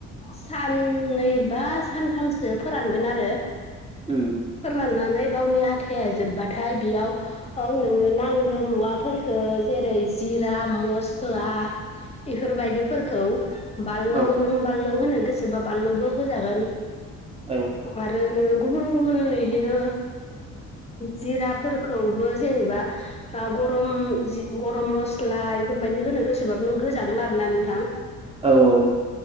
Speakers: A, on the left; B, on the right.
A: सान नै बा सानथामसो फोरानगोन आरो।
B: उम।
A: फोराननानै गावनि आथाया जोब्बाथाय बियाव औ नोङो नांगो मुवाफोरखो जेरै जिरा मस्ला। इफोरबायदिफोरखौ बाललौ
B: औ
A: नों बाललौ होनो गोसोबा बाललौबो होजागोन।
B: औ।
A: आरो नोङो गुबुन गुबुन इदिनो जिराफोरखौबो जेनेबा हा गरम जि गरम मस्ला इफोरबायदि होनो गोसोबाबो नों होजागोन आरो ना नोंथां।
B: औ औ।